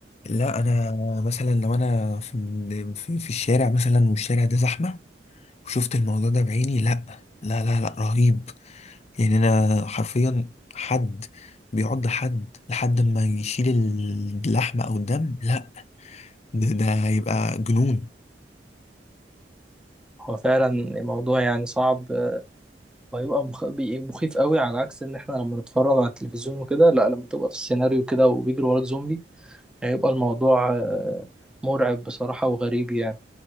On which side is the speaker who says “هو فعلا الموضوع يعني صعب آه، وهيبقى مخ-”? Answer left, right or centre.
Centre